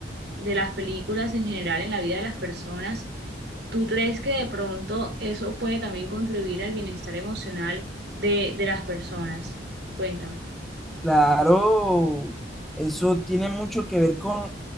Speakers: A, on the right; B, in the centre.
A: de las películas en general en la vida de las personas, ¿tú crees que de pronto eso puede también contribuir al bienestar emocional de, de las personas? Cuéntame.
B: Claro, eso tiene mucho que ver con,